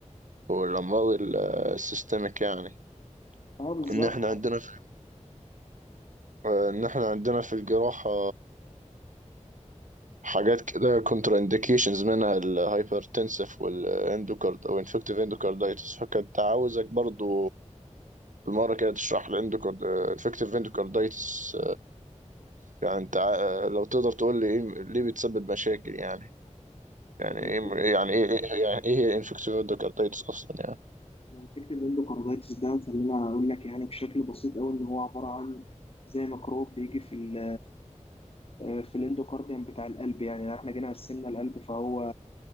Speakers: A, on the right; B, on the left.
A: والأمراض ال- السيستميك يعني
B: اه بالظبط
A: إن إحنا عندنا في إن إحنا عندنا في الجراحة حاجات كده كونترا إنديكيشنز منها الهايبرتنسف والإندوكارد أو إنفكتيف إندوكاردايتس فكنت عاوزك برضو بالمرة كده تشرح الإندوكارد إنفكتيف إندوكاردايتس يعني أنت عا- لو تقدر تقول لي إيه ليه بتسبب مشاكل يعني يعني
B: <laughs>
A: ايه يعني ايه يعني إيه- يعني ايه انفكسيود كارتايتس اصلا يعني
B: يعني فكرة الاندوكاردايتس ده خلينا أقول لك يعني بشكل بسيط أوي إن هو عبارة عن زي ميكروب بيجي في ال آه، في الاندوكارديوم بتاع القلب يعني لو إحنا جينا قسمنا القلب فهو